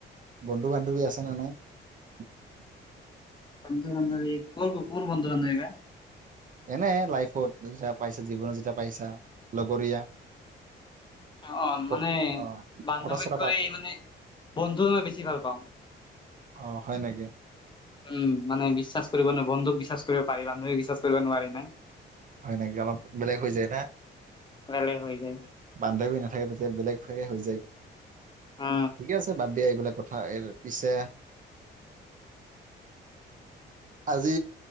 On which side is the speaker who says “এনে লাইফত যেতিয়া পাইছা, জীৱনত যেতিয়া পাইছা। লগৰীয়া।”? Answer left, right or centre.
Right